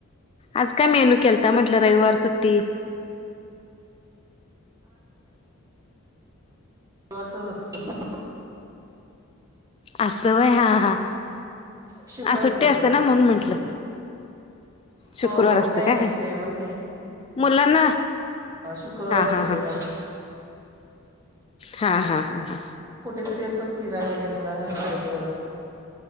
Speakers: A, on the left; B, on the right.
A: आज काय मेनू केलता म्हटलं रविवार सुट्टी
B: रविवारच असत.
A: असत होय हा हा.
B: शुक्रवारचं
A: आज सुट्टी असते
B: असं
A: ना म्हणून म्हंटल शुक्रवार
B: हो हो
A: असत
B: नाही
A: काय
B: नाही रविवारी
A: मुलांना
B: हा शुक्रवार <unintelligible>
A: हा हा हा हा हा हा
B: कुठेतरी असं फिराय वगैरे मुलांना न्यायचं